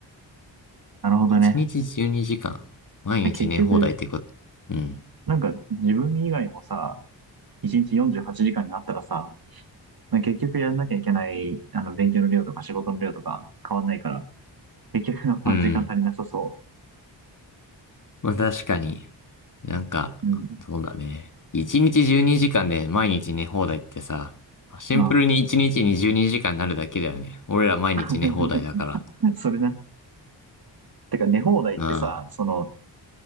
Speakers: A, on the right (about 50°); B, on the left (about 40°).
A: なるほどね。
B: 1日12時間、毎日寝放題ってこと。
A: 結局、
B: うん。
A: なんか自分以外もさ、1日48時間になったらさ、まあ結局やんなきゃいけない、あの、勉強の量とか仕事の量とか変わんないから、結局あんま時間足りなさそ
B: うん。まあ確かに。なんか、
A: う。うん。
B: そうだね。1日12時間で毎日寝放題ってさ、シンプルに1日に12時間にじかんになるだけだよね。
A: うん。
B: 俺ら毎日寝放題だから。
A: <laughs> それな。てか、寝放題ってさ、
B: うん。
A: その、